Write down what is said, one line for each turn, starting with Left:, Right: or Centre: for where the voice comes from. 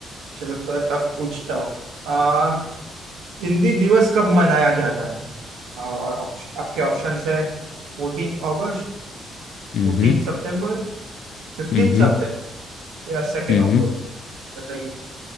Right: चलो थोड़ा टफ पूछता हूँ आ, हिंदी दिवस कब मनाया जाता है और ऑप्श- आपके ऑप्शंस है फोर्टीन अगस्त
Left: हम्म
Right: फोर्टीन सितंबर फिफ्टीन
Left: हम्म
Right: सितंबर या सेकेंड
Left: हम्म
Right: अक्टूबर बताइए